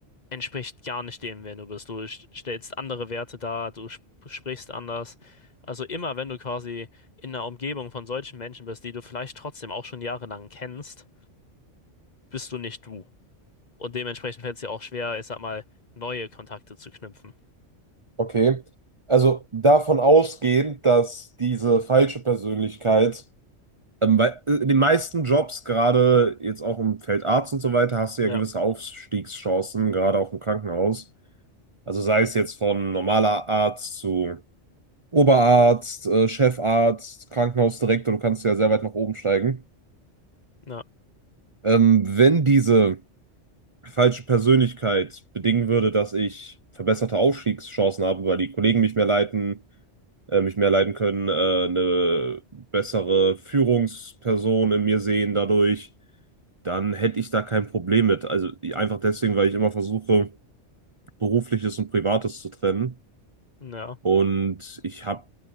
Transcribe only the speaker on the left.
entspricht gar nicht dem, wer du bist. Du sch- stellst andere Werte dar, du sp sprichst anders. Also immer, wenn du quasi in einer Umgebung von solchen Menschen bist, die du vielleicht trotzdem auch schon jahrelang kennst, bist du nicht du. Und dementsprechend fällt es dir auch schwer, ich sag mal, neue Kontakte zu knüpfen.
Ja,
ja,
ja.